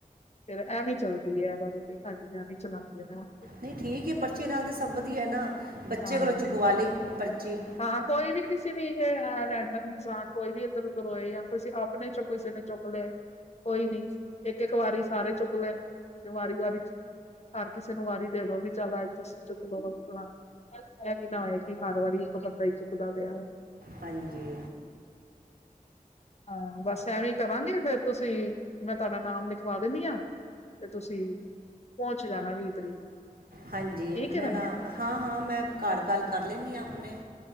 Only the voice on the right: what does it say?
ਨਹੀਂ ਠੀਕ ਏ ਪਰਚੀ ਨਾਲ ਤਾਂ ਸਭ ਵਧੀਐ ਨਾ ਬੱਚੇ
ਕੋਲੋਂ ਚੁਕਵਾ ਲਈ ਪਰਚੀ।
ਹਾਂਜੀ।
ਹਾਂਜੀ
ਮੈਂ
ਨਾ
ਹਾਂ ਹਾਂ ਮੈਂ ਕਾਰ ਕਾਲ ਕਰ ਲੈਣੀ ਹਾਂ ਆਪਣੇ।